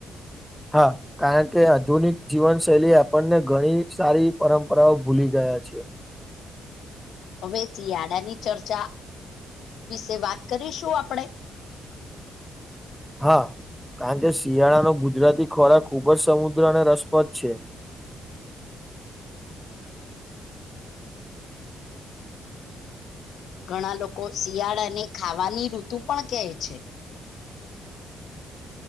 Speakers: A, in the centre; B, on the left (about 75°).
A: હા કારણ કે આધુનિક જીવન શૈલી આપણને ઘણી સારી પરંપરાઓ ભૂલી ગઈ છીએ
B: હવે શિયાળાની ચર્ચા વિશે વાત કરીશું આપણે <inaudible>
A: હા. કારણ કે શિયાળાનો ગુજરાતી ખોરાક ખૂબ જ સમુદ્ર અને રસપ્રદ છે.
B: <inaudible> ઘણા લોકો શિયાળા અને ખાવાની ઋતુ પણ કહે છે.